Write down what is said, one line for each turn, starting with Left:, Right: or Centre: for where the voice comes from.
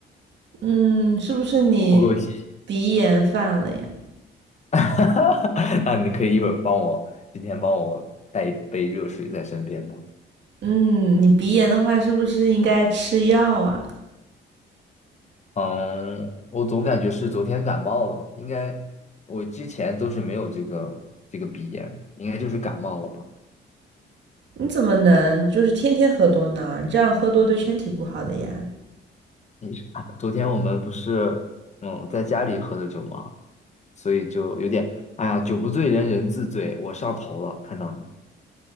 Right: 嗯，是不是你
Left: 我不够细。
Right: 鼻炎犯了呀？
Left: <laughs> 那你可以一会儿帮我，今天帮我带一杯热水在身边吗？
Right: 嗯，你鼻炎的话，是不是应该吃药啊？
Left: 嗯，我总感觉是昨天感冒了，应该我之前都是没有这个这个鼻炎，应该就是感冒了吧。
Right: 你怎么能就是天天喝多呢？你这样喝多对身体不好的呀。
Left: 你是昨天我们不是嗯在家里喝的酒吗？所以就有点哎呀，酒不醉人人自醉，我上头了，看到你，